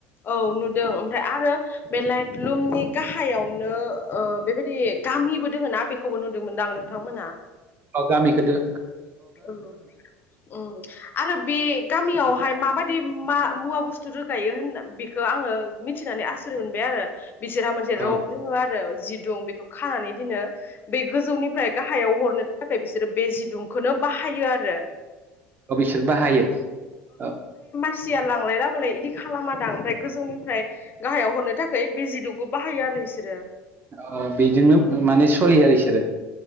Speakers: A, on the left; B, on the right.
A: औ नुदों ओमफ्राय आरो बे लाइटलुमनि गाहायावनो ओ बेबायदि गामिबो दोङो ना बेखौबो नुदोंमोनदां आं नोंथांमोना।
B: औ गामिखोदो।
A: औ औ आरो बे गामियावहाय मा बादि मा मुवा बुस्थु रोगायो होन बेखो आङो मिथिनानै आसुरित मोनबाय आरो। बिसोरहा मोनसे
B: औ
A: रब दङ' आरो जिदुं बेखो खानानै दिनो। बे गोजौनिफ्राय गाहायाव हरनो थाखाय बिसोरो बे जिदुंखोनो बाहायो आरो।
B: अ बिसोर बाहायो औ।
A: सिया लांलाय लाबोलाय इदि खालाम दां ओमफ्राय गोजौनिफ्राय गाहायाव हरनो थाखै बे जिदुं ग' बाहायो आरो इसोरो।
B: ओ बेजोंनो माने सलियो आरो इसोरो।